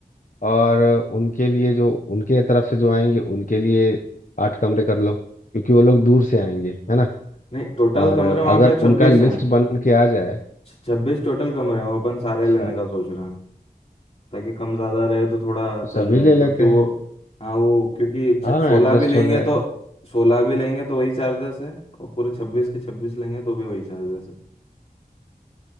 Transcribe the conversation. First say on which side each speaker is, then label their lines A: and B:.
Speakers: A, on the left; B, on the left.
A: और उनके लिए जो उनके तरफ से जो आएंगे उनके लिए आठ कमरे कर लो क्योंकि वो लोग दूर से आएंगे है ना
B: नहीं टोटल
A: और
B: कमरे
A: अगर
B: वहाँ पे छब्बीस
A: उनका लिस्ट
B: हैं
A: बन के आ जाए
B: छब्बीस टोटल कमरे हैं वो अपन सारे
A: अच्छा
B: लेने का सोच रहे हैं ताकि कम ज़्यादा रहे तो थोड़ा
A: तो सभी
B: चल जाए
A: ले लेते
B: क्योंकि वो
A: हैं
B: हाँ वो क्योंकि
A: हाँ
B: सोलह
A: एडजस्ट
B: भी लेंगे
A: हो जाएगा
B: तो सोलह भी लेंगे तो वही चार्जेस है और पूरे छब्बीस के छब्बीस लेंगे तो भी वही चार्जेस है